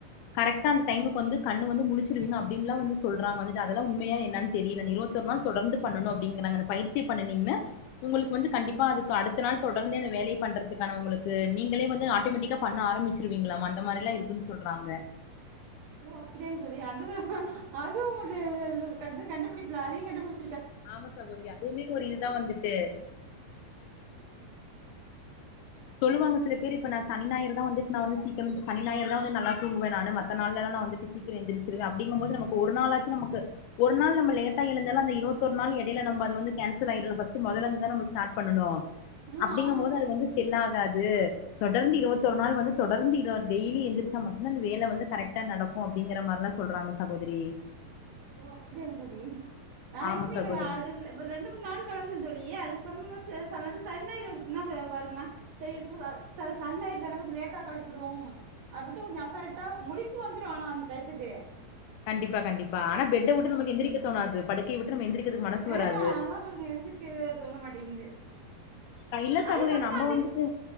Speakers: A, on the left; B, on the right.
A: கரெக்டா அந்த டைமுக்கு வந்து கண்ணு வந்து முழிச்சிருவிங்க அப்டின்லா வந்து சொல்றாங்க வந்துட்டு அதெல்லா உண்மையா என்னன் தெரியல இந்த இருவத்தொரு நாள் தொடர்ந்து பண்ணணும் அப்டிங்குறாங்க அந்த பயிற்சிய பண்ணுனீங்கன்னா உங்களுக்கு வந்து கண்டிப்பா அதக்கு அடுத்த நாள் தொடர்ந்தே அந்த வேலைய பண்றதுக்கான உங்களுக்கு நீங்களே வந்து ஆட்டோமேட்டிக் பண்ண ஆரம்பிச்சிருவீங்களாமா அந்த மாதிரில்லா இருக்குன் சொல்றாங்க
B: ஓ அப்படியாங்க தோழி அதுவு அதுவும் இது கண்டுபிடிப்புல அதையும் கண்டுபிடிச்ச
A: ஆமா சகோதரி அதுவுமே ஒரு இதுதா வந்துட்டு சொல்லுவாங்க சில பேர் இப்ப நா சனி ஞாயிறு தா வந்துட்டு நா வந்து சீக்கிரமா சனி ஞாயிறு தா வந்து நல்லா தூங்குவேன் நானு மத்த நாள்லல்ல நா வந்துட்டு சீக்கிரம் எந்திருச்சிருவேன் அப்படிங்கும்போது நமக்கு ஒரு நாள்ளாச்சும் நமக்கு ஒரு நாள் நம்ம லேட்டா எழுந்தாலு அந்த இருவத்தொரு நாள் இடையில நம்ப அந்து வந்து கேன்சல் ஆயிரு ஃபர்ஸ்ட் மொதல்ல இருந்து தான ஸ்டார்ட் பண்ணனு
B: ஆ
A: அப்படிங்கும்
B: ஆமாங்க
A: போது
B: தோழி
A: அது வந்து செல்லாதா அது தொடர்ந்து இருவத் தொரு நாள் வந்து தொடர்ந்து இது ஆர் டெய்லி எந்திரிச்சா மட்டும்தா இந்த வேல வந்து கரெக்டா நடக்கும் அப்படிங்கிற மாரில்லா சொல்றாங்க சகோதரி
B: ஓ அப்படியாங்க தோழி நா
A: ஆமா
B: எதுமே
A: சகோதரி
B: இதுவர ஆல்ரெடி ஒரு ரெண்டு மூணு நாள் கிளம்புன தோழி அதுக்கப்புறமேட்டு சில நேரத்துக்கு சனி ஞாயிறு வந்துச்சுன்னா வருமா சேரி ச சனி ஞாயிரு தான கொஞ்சௌ லேட்டா கிளப்பிவிடுவோ அப்படும் கொஞ்சம் அசால்ட்டா முழிப்பு வந்துரும் ஆனா அந்த டயத்துக்கு
A: கண்டிப்பா கண்டிப்பா ஆனா பெட்ட உட்டு நமக்கு எந்திரிக்கதோணாது படுக்கையவிட்டு நம் எந்திரிக்கிறதுக்கு மனசு
B: ஆ
A: வராது
B: அதான் பாருங்க எழுந்திருக்க தோண மாட்டேங்குது
A: அஹ் இல்ல
B: அது
A: சகோதரி
B: நம்ம அது
A: வந்துட்டு